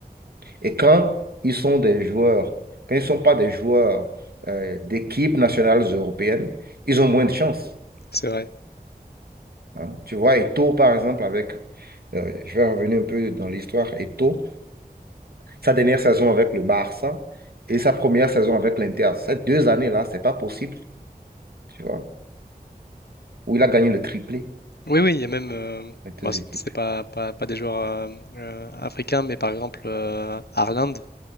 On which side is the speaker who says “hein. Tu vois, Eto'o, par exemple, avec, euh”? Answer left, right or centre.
Right